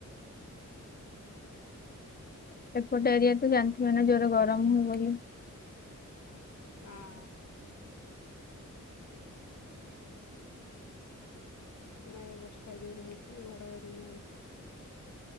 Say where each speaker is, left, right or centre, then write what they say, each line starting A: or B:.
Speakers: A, on the left; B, on the left.
A: ଏପଟ ଏରିଆ ତ ଜାଣିଥିବେ ନା ଜୋରେ ଗରମ ହୁଏ ବୋଲି
B: ହଁ ଆମ ବର୍ଷା ଯୋଉରେ ହଉଛି ଘଡଘଡି ମାରୁଛି